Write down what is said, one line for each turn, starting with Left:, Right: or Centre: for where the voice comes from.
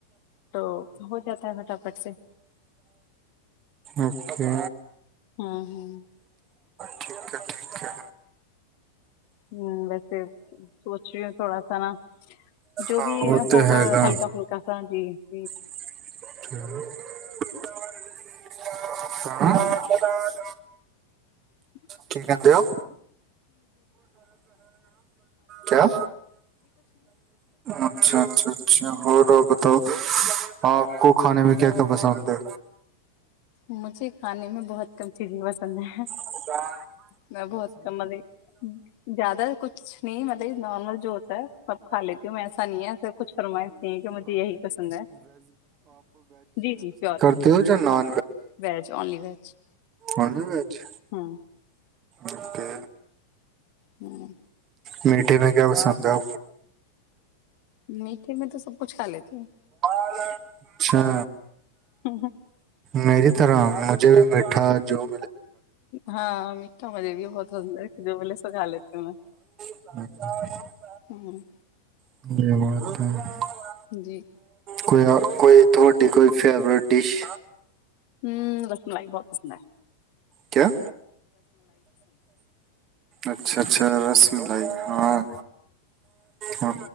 Left: ਤੋ ਹੋ ਜਾਤਾ ਹੈ ਫਟਾਫਟ ਸੇ।
Right: ਓਕੇ
Left: ਹੂੰ-ਹੂੰ।
Right: ਠੀਕ ਐ ਠੀਕ ਐ।
Left: ਹੂੰ ਵੈਸੇ, ਸੋਚ ਰਈ ਥੋੜਾ ਸਾ ਨਾ ਜੋ
Right: ਹਾਂ
Left: ਵੀ
Right: ਉਹ
Left: ਹੋਗਾ
Right: ਤੇ ਹੈਗਾ
Left: ਹਲਕਾ-ਫੁਲਕਾ ਸਾ ਜੀ-ਜੀ
Right: <inaudible>
Left: <inaudible>
Right: ਕੀ ਕੈਂਦੇ ਓ? ਕੇਆ? ਅੱਛਾ ਛਾ-ਛਾ ਔਰ ਤਾਂ ਬਤਾਓ ਆਪ ਕੋ ਖਾਣੇ ਮੈਂ ਕੇਆ- ਕੇਆ ਪਸੰਦ ਐ?
Left: ਮੁਝੇ ਖਾਣੇ ਮੇ ਬੌ ਕਮ ਚੀਜ਼ੇ ਪਸੰਦ ਹੈਂ।
Right: <unintelligible>
Left: ਮੈਂ ਬਹੋਤ ਕਮਦੇ ਲੀ, ਜਾਦਾ ਕੁਛ ਨੀ ਮਤਲੇ ਨੋਰਮਲ ਜੋਤ ਐ, ਸਭ ਖਾ ਲ ਮ ਐਸਾ ਨਈ ਐ ਕੇ ਕੁਛ ਫੇਮਾਏ ਕੇ ਮੁਜੇ ਜੈਹੀ ਪਸੰਦ ਐ, ਜੀ-ਜੀ pure
Right: <unintelligible>
Left: veg only veg.
Right: Only veg?
Left: ਹੂੰ
Right: ਓਕੇ
Left: ਹੂੰ
Right: ਮੀਠੇ ਮੈਂ ਕੇਆ ਪਸੰਦ ਐ?
Left: ਮੀਠੇ ਮੇ ਤੋ ਸਭ ਕੁਛ ਖਾ ਲੇਤੀ ਹੂੰ।
Right: ਅੱਛਾ
Left: ਉ ਹੂੰ
Right: ਮੇਰੀ ਤਰਾ ਮੁਝੇ ਮੀਠਾ ਜੋ
Left: ਹਾਂ ਐਂਵੇ ਤਾਂ ਮਜ਼ੇ ਵੀ ਬੌਤ ਹੁੰਦਾ ਏ ਏਕ-ਦੋ ਬੋਲੇ ਸਖਾ ਲੇਤੀ ਹੂੰ ਮੈ
Right: <unintelligible>
Left: ਹੂੰ
Right: <unintelligible>
Left: ਜੀ
Right: ਕੋਏਆ ਕੋਈ ਧੁਆਡੀ ਕੋਈ ਫੇਵਰੀ ਡੀਸ਼?
Left: ਹੂੰ ਰਸਮਲਾਈ ਬੌਤ ਪਸੰਦ ਐ।
Right: ਕੇਆ ਅੱਛਾ ਛਾ ਰਸ ਮਲਾਈ ਹਾਂ, ਹਾਂ